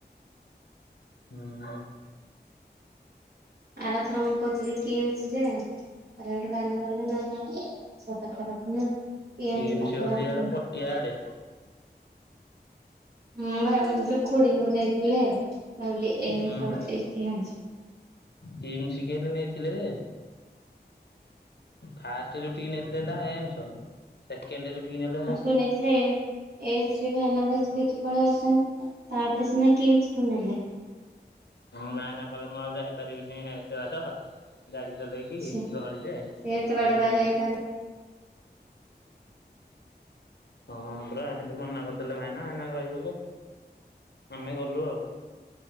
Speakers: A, on the left; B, on the right.
A: ହୁଁ।
B: ଆରଥର ମୁଁ କହୁଥିଲି କିମ୍ସ ରେ ଆରେ ଏଠୁ ବାନା କଲେ ନା ସ ପାଖାପାଖି ନା ଏମତି
A: କିମି
B: ପାଖାପାଖି
A: ସେ ହଉଛିଇଆଡେ ପଟିଆ ଆଡେ
B: ହୁ ଭାଇ ଯଉ ଖୁଡିଙ୍କୁ ନେଇଥିଲେ ଭାଇ ଏମ
A: ହୁଁ
B: ସବୁ ଏ କେମଛି <inaudible>
A: କିମ୍ ଶିକ ହେ ନେଇଥିଲେ ଯେ ଫାଷ୍ଟ ଯୋଉଠିକି ନେଇଥିଲେ ଏଟା ଏମ୍ ସ ସେକେଣ୍ଡରେ ଯୋଉ ଠିକି ନେଲେ ହେଟା
B: ସେ ନେଇଥିଲେ ଏମ୍ ଏମ୍ସେ ରେ ବି ଭାଇନା ଦେଖି ଦେଖି ପଳେଇ ଆସନ ତାପରେ ସିନା କିମ୍ସ କୁନେଲେ
A: ହଁ ନା ନା କଲେ ମୁଁ ଆଉ ଯାଇପାରିବିନି ଏତେ ବାଟ ଗାଡି ଚଲେଇକି
B: ଛି
A: ଦହଳିରେ
B: ସେ
A: ସେଠୁ
B: ଏତେ ବାଟ
A: ପଳେଇ
B: ବା
A: ମୁ
B: ଯାଇପାରୁନ
A: ହଁ ପୁରା ସେଠି ମନା କରିଦେଲେ ଭାଇନା ଭାଇନା ରହିଗଲେ ଆମେ ଗଲୁ ଆଉ